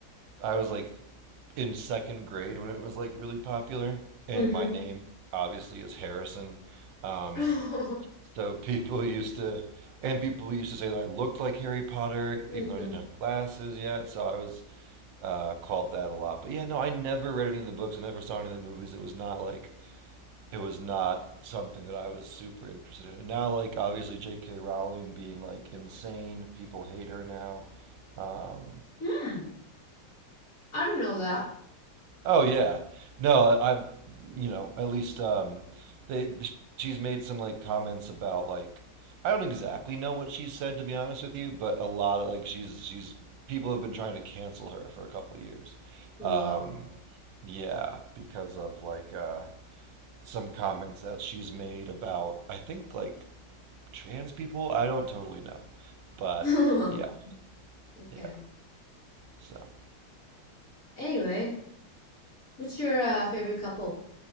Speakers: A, on the right; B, on the left.
A: I was like in second grade when it was like really popular, and
B: Mm-hmm.
A: my name obviously is Harrison. Um,
B: <laughs>
A: so <laughs> people used to, and people used to say that I looked like Harry Potter,
B: Mm-hmm.
A: even though I didn't have glasses yet. So I was uh, called that a lot. But yeah, no, I never read any of the books. I never saw any of the movies. It was not like it was not something that I was super interested in. And now, like obviously J.K. Rowling being like insane, people hate her now. Um,
B: Hmm. I don't know that.
A: oh yeah, no, I, I'm, you know, at least um, they she's made some like comments about like I don't exactly know what she said to be honest with you, but a lot of like she's she's people have been trying to cancel her for a couple years.
B: Whoa.
A: Um, yeah, because of like uh, some comments that she's made about I think like trans people. I don't totally know, but
B: <laughs>
A: yeah,
B: Okay.
A: yeah. So
B: Anyway, what's your uh, favorite couple